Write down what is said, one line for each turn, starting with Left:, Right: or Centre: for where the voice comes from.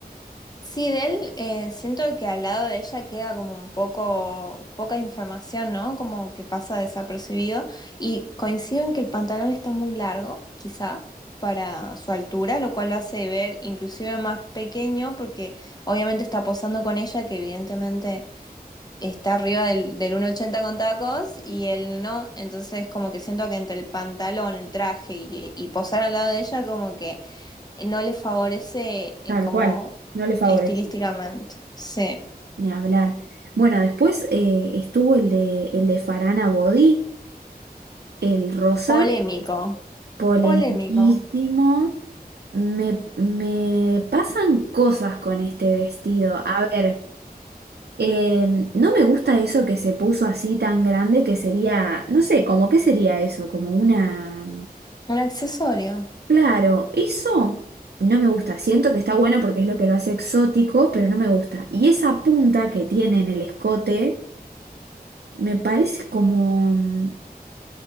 Left: Sí, de él eh, siento que al lado de ella queda como un poco poca información, ¿no? Como que pasa desapercibido. Y coincido en que el pantalón está muy largo, quizá, para su altura, lo cual lo hace ver inclusive más pequeño, porque obviamente está posando con ella, que evidentemente está arriba del, del 1,80 con tacos, y él no. Entonces como que siento que entre el pantalón, el traje y, y posar al lado de ella, como que no le favorece eh,
Right: Tal
Left: como
Right: cual, no le favorece.
Left: estilísticamente. Sí.
Right: Ni hablar. Bueno, después eh, estuvo el de, el de Farana Bodhi, el rosa,
Left: Polémico,
Right: polemiquísimo.
Left: polémico.
Right: Me, me pasan cosas con este vestido. A ver. Eh, no me gusta eso que se puso así tan grande que sería, no sé, como qué sería eso, como una...
Left: Un accesorio.
Right: Claro, eso no me gusta. Siento que está bueno porque es lo que lo hace exótico, pero no me gusta. Y esa punta que tiene en el escote me parece como... mm,